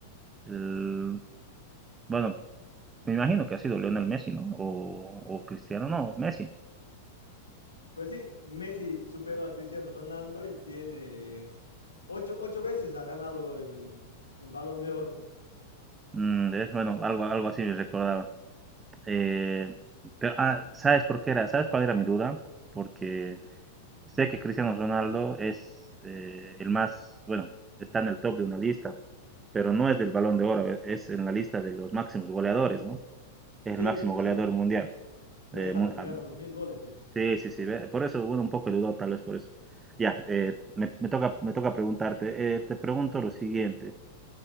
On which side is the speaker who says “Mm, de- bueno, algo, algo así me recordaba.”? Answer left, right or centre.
Right